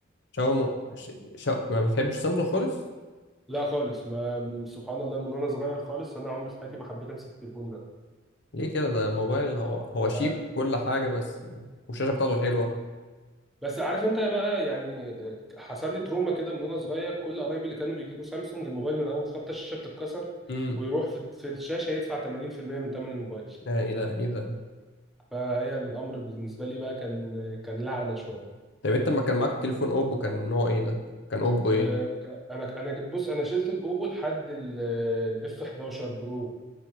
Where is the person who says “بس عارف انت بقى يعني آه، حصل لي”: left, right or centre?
Centre